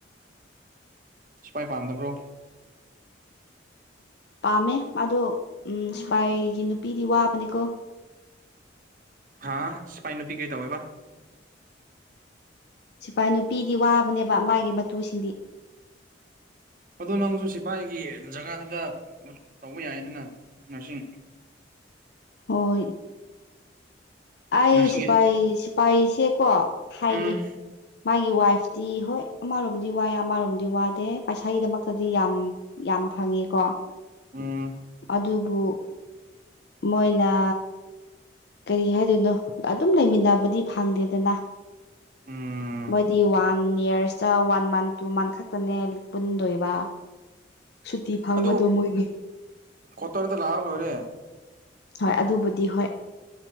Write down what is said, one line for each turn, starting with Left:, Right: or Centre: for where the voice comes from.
Right: ꯁꯤꯐꯏ ꯄꯥꯝꯕ꯭ꯔꯣ
Left: ꯄꯥꯝꯃꯦ ꯃꯥꯗꯣ ꯎꯝ ꯁꯤꯐꯏꯒꯤ ꯅꯨꯄꯤꯗꯤ ꯋꯥꯕꯅꯤꯀꯣ
Right: ꯍꯥꯥ ꯁꯐꯏ ꯅꯨꯨꯄꯤ ꯀꯩꯗꯧꯏꯕꯥ
Left: ꯁꯤꯐꯥꯏ ꯅꯨꯄꯤꯗꯤ ꯋꯥꯕꯅꯦꯕ ꯃꯥꯒꯤ ꯃꯇꯨꯁꯤꯡꯗꯤ
Right: ꯑꯗꯣ ꯅꯪꯁꯨ ꯁꯤꯐꯥꯏꯒꯤ ꯖꯒꯥꯗꯨꯗ ꯇꯧꯕ ꯌꯥꯏꯗꯅ ꯅꯥꯔꯁꯤꯡ
Left: <inaudible> ꯍꯣꯏ ꯑꯩ
Right: ꯅꯔꯁꯤꯡ
Left: ꯁꯤꯐꯏ ꯁꯤꯐꯏꯁꯦꯀꯣ ꯍꯥꯏꯒꯦ
Right: ꯎꯝ
Left: ꯃꯥꯒꯤ ꯋꯥꯏꯐ ꯇꯤ ꯍꯣꯏ ꯑꯃꯔꯣꯝꯗꯤ ꯋꯌꯦ ꯑꯃꯔꯣꯝꯗꯤ ꯋꯥꯗꯦ ꯄꯩꯁꯥꯒꯤꯗꯃꯛꯇꯗꯤ ꯌꯥꯝ ꯌꯥꯝ ꯐꯪꯉꯦꯀꯣ
Right: ꯎꯝ
Left: ꯑꯗꯨꯕꯨ ꯃꯣꯏꯅ ꯀꯔꯤ ꯍꯥꯏꯗꯣꯏꯅꯣ ꯑꯗꯨꯝ ꯂꯩꯃꯤꯟꯅꯕꯗꯤ ꯐꯪꯗꯦꯗꯅ
Right: ꯎꯝ
Left: ꯃꯣꯏꯗꯤ ꯋꯥꯟ ꯋꯥꯟ ꯌꯔꯁꯇ ꯋꯥꯟ ꯃꯟ ꯇꯨ ꯃꯟ ꯈꯛꯇꯅꯦ ꯄꯨꯟꯗꯣꯏꯕ ꯁꯨꯇꯤ ꯐꯥꯡꯕꯗꯣ
Right: ꯑꯗꯨ
Left: ꯃꯣꯏꯒꯤ
Right: ꯀ꯭ꯋꯥꯇꯔꯗ ꯂꯥꯛꯑ ꯂꯣꯏꯔꯦ
Left: ꯍꯣꯏ ꯑꯗꯨꯕꯨꯗꯤ ꯍꯣꯏ